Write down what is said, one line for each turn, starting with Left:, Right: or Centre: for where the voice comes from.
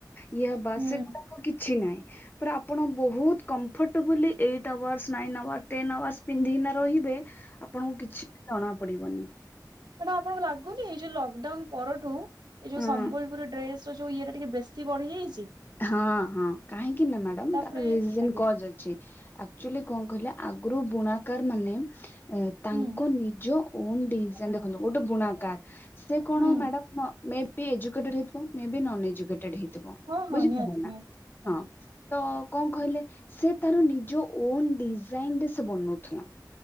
Left: ଇଏ ହବା
Right: ହୁଁ
Left: ସେଗୁଡାକ କିଛି ନାହିଁ। ପୁରା ଆପଣ ବହୁତ comfortably eight hours nine hour ten hours ପିନ୍ଧିକିନା ରହିବେ ଆପଣଙ୍କୁ କିଛି ଜଣା ପଡିବନି।
Right: ମ୍ୟାଡମ ଆପଣଙ୍କୁ ଲାଗୁନି ଏଇ ଯୋଉ ଲକଡାଉନ ପରଠୁ ଏଇ ଯୋଉ
Left: ହଁ।
Right: ସମ୍ବଲପୁରୀ ଡ୍ରେସ ସେ ଯଉ ଇଏଟା ଟିକେ ବେଶୀ ବଢିଯାଇଛି।
Left: ହଁ ହଁ କାହିଁକି ନା ମ୍ୟାଡମ
Right: ତାପରେ
Left: ତାର ରିଜିନ୍
Right: ଆଜ୍ଞା
Left: କଜ୍ ଅଛି। ଆକଚୋଲି କଣ କହିଲେ ଆଗରୁ ବୁଣାକାର ମାନେ ଏ ତାଙ୍କ
Right: ହୁଁ
Left: ନିଜ କଣ ଡିଜାଇନ ଦେଖନ୍ତୁ ଗୋଟେ ବୁଣାକାର ସେ କଣ
Right: ହୁଁ
Left: ମ୍ୟାଡାମ ହଁ ମେବି ଏଜୁକେଟେଡ ହେଇଥିବ ମେବି ନନ୍ ଏଜୁକେଟେଡ ହେଇଥିବ।
Right: ହଁ ହଁ
Left: ବୁଝିପାରିଲେ
Right: ନିହାତି
Left: ନା
Right: ନିହାତି
Left: ହଁ।
Right: ଆଜ୍ଞା
Left: ତ କଣ କହିଲେ ସେ ତାର ନିଜ ଓନ୍ ଡିଜାଇନ ରେ ସେ ବନଉଥିଲା।